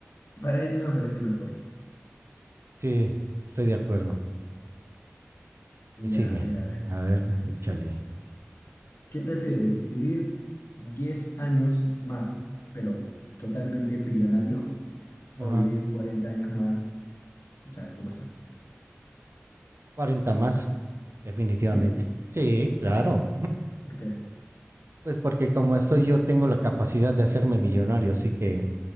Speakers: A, on the left; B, on the right.
A: Parar el tiempo me parece mejor.
B: Sí, estoy de acuerdo.
A: Ya,
B: ¿Qué sigue?
A: a ver, a ver.
B: A ver, échale.
A: ¿Qué prefieres? ¿Vivir 10 años más, pero totalmente billonario?
B: Ajá.
A: ¿O vivir 40 años más? O sea, ¿cómo estás?
B: cuarenta más, definitivamente.
A: ¿Sí?
B: Sí, claro.
A: Ok,
B: Pues porque como estoy yo tengo la capacidad de hacerme millonario, así que